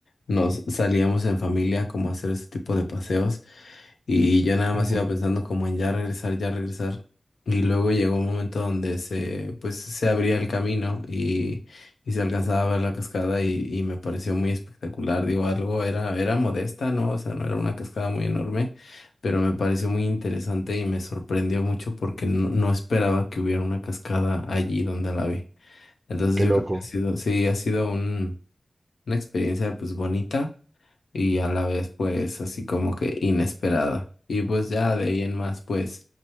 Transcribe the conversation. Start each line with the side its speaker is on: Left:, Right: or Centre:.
Left: nos salíamos en familia como a hacer ese tipo de paseos y yo nada más
Right: Ujú,
Left: iba pensando como en ya regresar, ya regresar. Y luego llegó un momento donde se pues se abría el camino y se alcanzaba a ver la cascada y, y me pareció muy espectacular. Digo, algo era, era modesta, ¿no? O sea, no era una cascada muy enorme, pero me pareció muy interesante y me sorprendió mucho porque no, no esperaba que hubiera una cascada allí donde la vi. Entonces
Right: qué
Left: yo
Right: loco.
Left: creo que ha sido, sí, ha sido un, una experiencia pues bonita y a la vez pues así como que inesperada. Y pues ya de ahí en más pues,